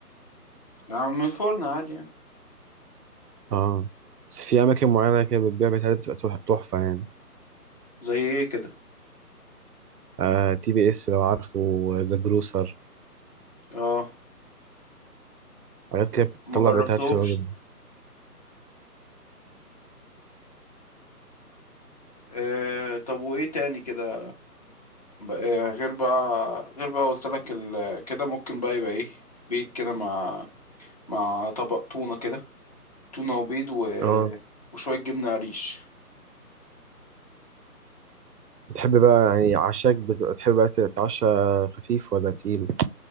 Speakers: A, on the left (about 25°); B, on the right (about 75°).
A: يعني من الفرن عادي يعني
B: اه بس في اماكن معينه كده بتبيع باتيهات بتبقى تح- تحفه يعني
A: زي ايه كده
B: آه تي بي اس لو عارفه ذا جروسر
A: اه
B: حاجات
A: ما
B: كده بتطلع
A: ما جربتهمش
B: باتيهات حلوه جدا
A: آه طب وايه تاني كده بقى غير بقى غير بقى قلت لك ال... كده ممكن بقى يبقى ايه بيت كده مع مع طبق تونة كده تونة وبيض و...
B: اه
A: وشوية جبنة قريش
B: بتحب بقى يعني عشاك بتبقى تحب بقى تتعشى خفيف ولا تقيل